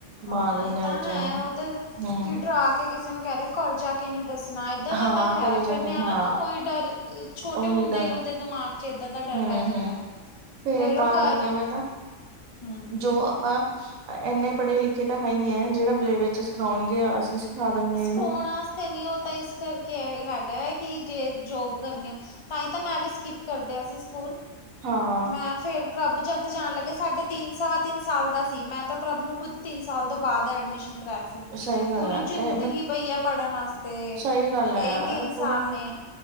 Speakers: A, on the left (about 45°); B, on the right (about 85°).
A: ਹਾਂ
B: ਮਾਰ ਦਿੰਦੇ
A: ਇਹ
B: ਆ
A: ਤਾਂ
B: ਬੱਚਿਆਂ
A: ਹੈ
B: ਨੂੰ
A: ਉਹਦੇ
B: ਹੂੰ।
A: ਡਰਾ ਕਿ ਕਿਸੇ ਨੂੰ ਕਹਿ ਦੇ ਘਰ ਜਾ, ਕੇ ਨਹੀਂ ਦੱਸਣਾ ਏਦਾਂ ਦਾ
B: ਹਾਂ
A: ਤਾਂ ਹੈ,
B: ਘਰੇ ਜਾ
A: ਫਿਰ ਨਿਆਣਾ
B: ਕੇ ਹਾਂ
A: ਨਾ ਉਹੀ ਡਰ ਛੋਟੇ
B: ਉਹੀ
A: ਹੁੰਦੇ
B: ਡਰ
A: ਉਹਦੇ ਦਿਮਾਗ ਚ ਏਦਾਂ ਦਾ ਡਰ
B: ਹੂੰ
A: ਬਹਿ ਜਾਂਦਾ।
B: ਹੂੰ ਫੇਰ ਤਾਂ
A: ਉਹ ਘਰ
B: ਕਰਕੇ ਮੈਂ ਕਿਹਾ।
A: ਹਮ ਹਮ
B: ਜੋ ਆਪਾਂ ਇੰਨੇ ਪੜ੍ਹੇ ਲਿਖੇ ਤਾਂ ਹੈ ਹੀ ਹੈ, ਜਿਹੜਾ ਪਲੇ ਵਿੱਚ ਸਿਖਾਉਣਗੇ ਅਸੀਂ ਸਿਖਾ ਦੇਣਗੇ
A: ਸਿਖਾਉਣ
B: ਇਹਨੂੰ
A: ਵਾਸਤੇ ਨੀ ਉਹ ਤਾਂ ਇਸ ਕਰਕੇ ਇਹ ਹੈਗਾ ਹੈ, ਕਿ ਜੇ ਜੋਬ ਕਰਨੀ ਹੋ ਤਾਂ ਹੀ ਤਾਂ ਮੈਂ ਵੀ ਸਕਿਪ ਕਰਦਿਆਂ ਸੀ, ਸਕੂਲ
B: ਹਾਂ
A: ਮੈਂ ਫਿਰ ਪ੍ਰਭੂ ਜਦ ਜਾਣ ਲੱਗੇ, ਸਾਡੇ ਤਿੰਨ ਸਵਾ ਤਿੰਨ ਸਾਲ ਦਾ ਸੀ, ਮੈਂ ਤਾਂ ਪ੍ਰਭ ਨੂੰ ਖੁਦ ਤਿੰਨ ਸਾਲ ਤੋਂ ਬਾਅਦ ਐਡਮਿਸ਼ਨ ਕਰਾਇਆ ਸੀ,
B: ਸਹੀ ਗੱਲ
A: ਪੂਰੀ
B: ਹੈ
A: ਜ਼ਿੰਦਗੀ
B: ਇਹ ਮ
A: ਪਈ ਆ ਪੜ੍ਹਨ ਵਾਸਤੇ
B: ਸਹੀ ਗੱਲ
A: ਇਹੀ
B: ਹੈ ਯਾਰ
A: ਤਿੰਨ ਸਾਲ
B: ਪੂਰੀ
A: ਨੇ